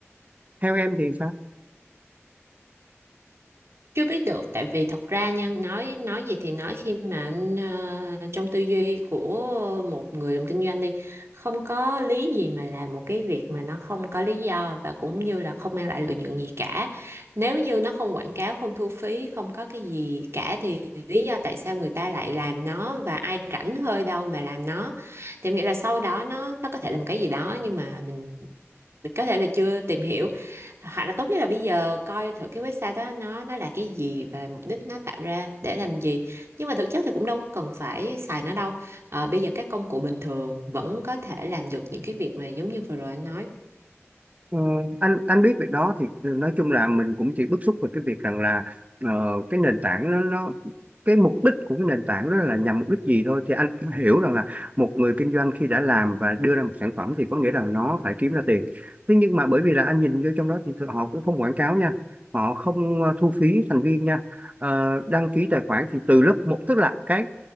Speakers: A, on the right (about 30°); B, on the right (about 60°).
A: theo em thì sao
B: Chưa biết được tại vì thật ra nha nói nói gì thì nói khi mà anh ờ, trong tư duy của một người làm kinh doanh đi không có lý gì mà làm một cái việc mà nó không có lý do và cũng như là không mang lại lợi nhuận gì cả nếu như nó không quảng cáo không thu phí không có cái gì cả thì lý do tại sao người ta lại làm nó và ai rảnh hơi đâu mà làm nó thì em nghĩ là sau đó nó nó có thể làm cái gì đó nhưng mà mình mình có thể là chưa tìm hiểu hoặc là tốt nhất là bây giờ coi thử cái website đó nó nó là cái gì và mục đích nó tạo ra để làm gì nhưng mà thực chất thì cũng đâu có cần phải xài nó đâu Ờ, bây giờ các công cụ bình thường vẫn có thể làm được những cái việc mà giống như vừa rồi anh nói
A: Ờ, anh anh biết việc đó thì nói chung là mình cũng chỉ bức xúc về cái việc rằng là ờ, cái nền tảng nó nó cái mục đích của cái nền tảng đó là nhằm mục đích gì thôi thì anh cũng hiểu rằng là một người kinh doanh khi đã làm và đưa ra một sản phẩm thì có nghĩa rằng nó phải kiếm ra tiền thế nhưng mà bởi vì là anh nhìn vô trong đó thì họ cũng không quảng cáo nha họ không ờ, thu phí thành viên nha Ờ, đăng ký tài khoản thì từ lớp một tức là cái